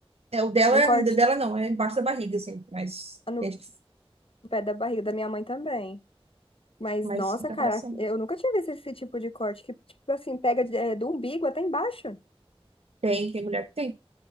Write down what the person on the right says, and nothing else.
é, o dela,
o dela não, é embaixo da barriga, assim, mas
tem gente que-
mas
fica
pra cima.
Tem, tem mulher que tem.